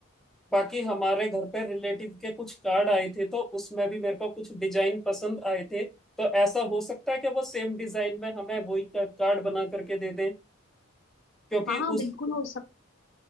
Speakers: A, in the centre; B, on the left (about 60°).
A: बाकी हमारे घर पे रिलेटिव के कुछ कार्ड आए थे तो उसमें भी मेरे को कुछ डिजाइन पसंद आए थे तो ऐसा हो सकता है कि वो सेम डिजाइन में हमें वही कार्ड बना करके दे दें क्योंकि
B: हाँ
A: उस
B: बिल्कुल हो सकता